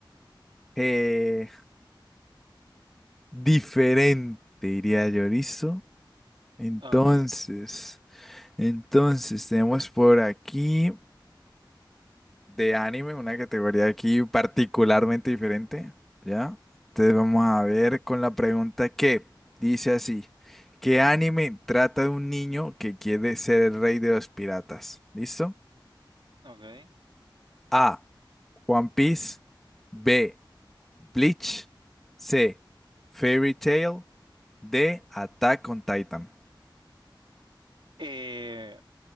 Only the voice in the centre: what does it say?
eh, diferente, diría yo, ¿listo? Entonces,
entonces tenemos por aquí. de anime, una categoría aquí particularmente diferente, ¿ya? Entonces vamos a ver con la pregunta que dice así, ¿qué anime trata de un niño que quiere ser el rey de los piratas? ¿Listo?
A, One Piece, B, Bleach, C, Fairy Tail, D, Attack on Titan.